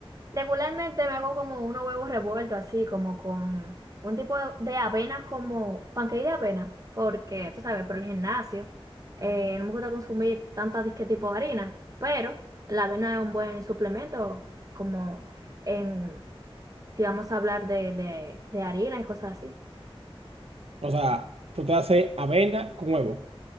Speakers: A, on the right; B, on the right.
A: regularmente me hago como unos huevos revueltos, así como con un tipo de avena, como pancake de avena, porque tú sabes, por el gimnasio, eh, no me gusta consumir tantas disque tipo de harina, pero la avena es un buen suplemento, como en, si vamos a hablar de, de, de harina y cosas así.
B: O sea, tú te haces avena con huevo.